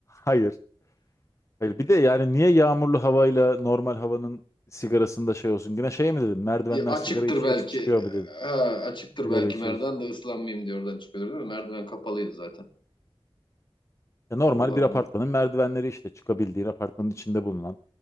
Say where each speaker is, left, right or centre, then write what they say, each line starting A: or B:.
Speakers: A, on the left (about 30°); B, on the left (about 55°).
A: Hayır. Hayır. Bir de yani niye yağmurlu havayla normal havanın sigarasında şey olsun? Yine şey mi dedin? Merdivenden
B: E, Açıktır
A: sigara içe
B: belki.
A: içe çıkıyor mu dedin?
B: Ha, açıktır
A: Sigara
B: belki
A: içe
B: merdiven
A: içe.
B: de ıslanmayayım diye oradan çıkıyordur değil mi? Merdiven kapalıydı zaten.
A: Ya normal
B: Allah
A: bir
B: Allah.
A: apartmanın merdivenleri işte çıkabildiğin apartmanın içinde bulunan.